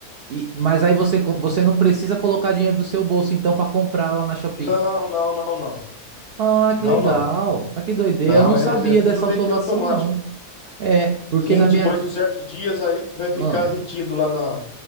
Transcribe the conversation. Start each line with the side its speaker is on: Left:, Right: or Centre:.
Right: E- Mas aí você, co- você não precisa colocar dinheiro do seu bolso, então, para comprar lá na Shopee.
Left: Não, não, não, não.
Right: Ah, que
Left: Não,
Right: legal.
Left: não.
Right: Ah, que doideira.
Left: Não,
Right: Eu não
Left: é,
Right: sabia
Left: já é tudo
Right: dessa
Left: meio
Right: automação,
Left: que automático.
Right: não. É, porque
Left: Sim,
Right: na
Left: depois
Right: minha.
Left: dos certos dias aí vai ficar
Right: Ah,
Left: retido lá na,